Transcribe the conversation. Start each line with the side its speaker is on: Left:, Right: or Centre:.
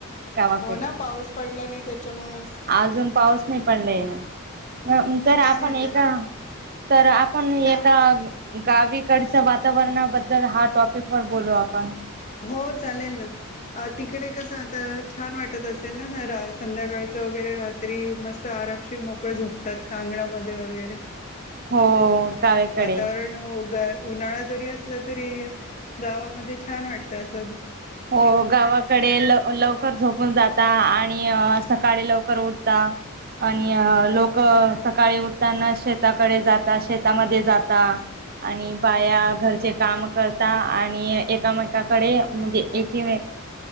Right: गावाकड
Left: हो ना पाऊस पडला नाही त्याच्यामुळे
Right: अजून पाऊस नाही पडले अ जर आपण
Left: काय म्हणते
Right: एका, तर आपण एका
Left: का
Right: गावीकडच्या वातावरणाबद्दल हा टॉपिक वर बोलू आपण.
Left: हो चालेल ना. अ तिकडे कसं आता छान वाटत असेल ना ज संध्याकाळचं वगैरे राह त्री मस्त आरामशीर मोकळे झोपतात अगणामध्ये वगैरे
Right: हो.. गावीकडे
Left: वातावरण उन्हाळा जरी असला तरी गावामध्ये छान वाटत अस
Right: हो गावाकडेल लवकर झोपून जाता आणि सकाळी लवकर उठता आणि लोक सकाळी उठताना शेताकडे जातात शेतामध्ये जाता. आणि बाया घरचे काम करता आणि एकामेकाकडे म्हणजे एकी.. मे..